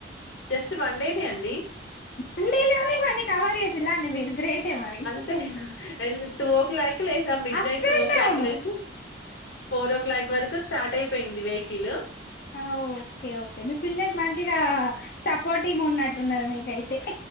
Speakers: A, on the left; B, on the left.
A: జస్ట్ వన్ డేనే అండి
B: వన్ డే లోనే హన్ని కవర్ జేసిల్లా అండి మీరు గ్రేటే మరి
A: అండు టూ ఓ క్లాకే లేసామ్ మిడ్
B: అప్
A: నైట్ టూ
B: అండ్
A: ఓ
B: డౌను
A: క్లాక్కు లేసి ఫోర్ ఓ క్లాక్ వరకు స్టార్ట్ అయిపోయింది వెయికిలు
B: ఆఓకే ఓకే మీ పిల్లలు మంచిగా సపోర్టింగ్ ఉన్నట్టున్నారు మీకైతే